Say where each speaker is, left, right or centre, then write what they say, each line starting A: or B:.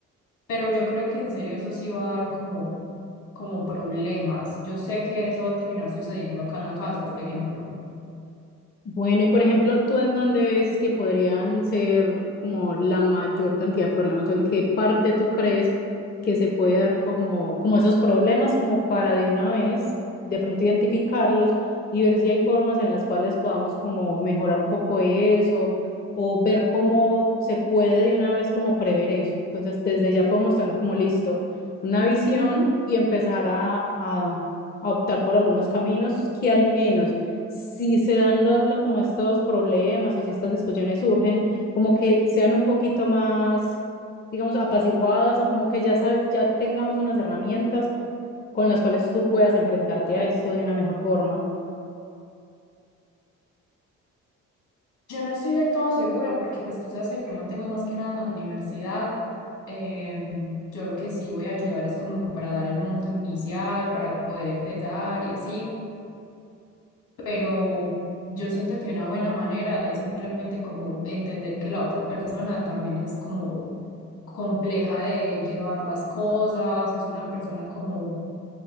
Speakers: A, on the left; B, on the left.
A: pero yo creo que en serio eso sí va a dar como, como problemas. Yo sé que eso va a terminar sucediendo acá en la casa, por ejemplo.
B: Bueno, y por ejemplo, ¿tú en dónde ves que podrían ser como la mayor cantidad de problemas o en qué parte tú crees que se puede dar como, como esos problemas como para de una vez de pronto identificarlos y ver si hay formas en las cuales podamos como mejorar un poco eso o ver cómo se puede de una vez como prever eso? Entonces, desde ya podemos tener como listo una visión y empezar a, a a optar por algunos caminos que al menos si se dan lo, lo- como estos problemas o si estas discusiones surgen, como que sean un poquito más, digamos, apaciguadas o como que ya sabes, ya tengamos unas herramientas con las cuales tú puedas enfrentarte a esto de una mejor forma.
A: Yo no estoy del todo segura porque pues tú sabes que yo mantengo más que nada en la universidad. Eh, yo lo que sí voy a ayudar es como para dar el monto inicial, para poder empezar y así. Pero yo siento que una buena manera es simplemente como entender que la otra persona también es como compleja de llevar las cosas, es una persona como